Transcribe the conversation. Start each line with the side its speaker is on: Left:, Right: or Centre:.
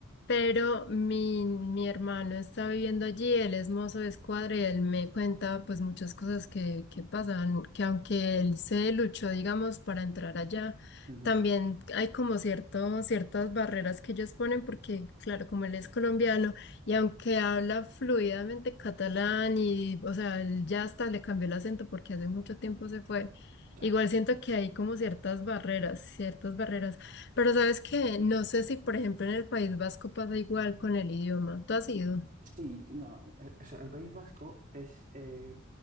Left: Pero mi, mi hermano está viviendo allí, él es mozo de escuadra y él me cuenta pues muchas cosas que, que pasan, que aunque él se luchó, digamos, para entrar allá,
Right: Ujú,
Left: también hay como cierto, ciertas barreras que ellos ponen porque, claro, como él es colombiano y aunque habla fluidamente catalán y, o sea, él ya hasta le cambió el acento porque hace mucho tiempo se fue,
Right: Ya.
Left: igual siento que hay como ciertas barreras, ciertas barreras. Pero sabes que no sé si, por ejemplo, en el País Vasco pasa igual con el idioma. Tú has ido.
Right: Sí, no, eh, o sea, el País Vasco es, eh,